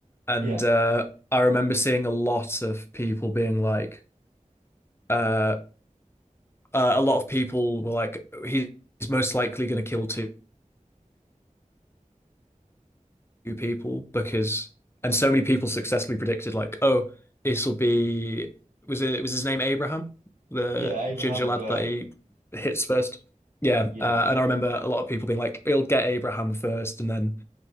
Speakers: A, on the left; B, on the right.
A: And
B: Yeah,
A: uh, I remember seeing a lot of people being like, uh, uh, a lot of people were like, he's most likely going to kill two people because and so many people successfully predicted like, oh, this will be was it was his name Abraham, the
B: yeah, Abraham
A: ginger
B: and
A: lad
B: Glenn.
A: that he hits first. Yeah,
B: Yeah,
A: uh, and I remember a lot of people being like, "It'll get Abraham first, and then